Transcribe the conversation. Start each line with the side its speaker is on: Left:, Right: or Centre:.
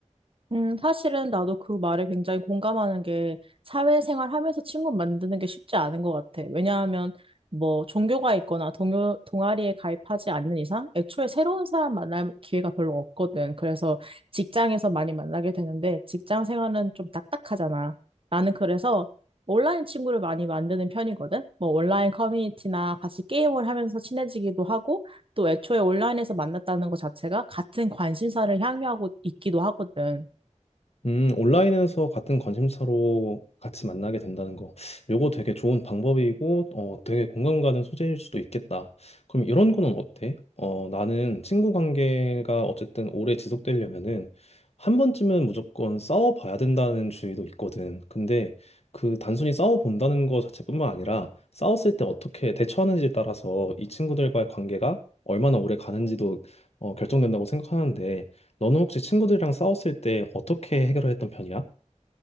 Right: 음, 사실은 나도 그 말에 굉장히 공감하는 게 사회생활 하면서 친구 만드는 게 쉽지 않은 것 같아. 왜냐하면 뭐 종교가 있거나 동요, 동아리에 가입하지 않는 이상 애초에 새로운 사람 만날 기회가 별로 없거든. 그래서 직장에서 많이 만나게 되는데 직장 생활은 좀 딱딱하잖아. 나는 그래서 온라인 친구를 많이 만드는 편이거든. 뭐 온라인 커뮤니티나 같이 게임을 하면서 친해지기도 하고 또 애초에 온라인에서 만났다는 것 자체가 같은 관심사를 향유하고 있기도 하거든.
Left: 음, 온라인에서 같은 관심사로 같이 만나게 된다는 거. 요거 되게 좋은 방법이고, 어, 되게 공감 가는 소재일 수도 있겠다. 그럼 이런 거는 어때? 어, 나는 친구 관계가 어쨌든 오래 지속되려면은 한 번쯤은 무조건 싸워봐야 된다는 주의도 있거든. 근데 그 단순히 싸워본다는 거 자체뿐만 아니라 싸웠을 때 어떻게 대처하는지에 따라서 이 친구들과의 관계가 얼마나 오래 가는지도 어, 결정된다고 생각하는데, 너는 혹시 친구들이랑 싸웠을 때 어떻게 해결했던 편이야?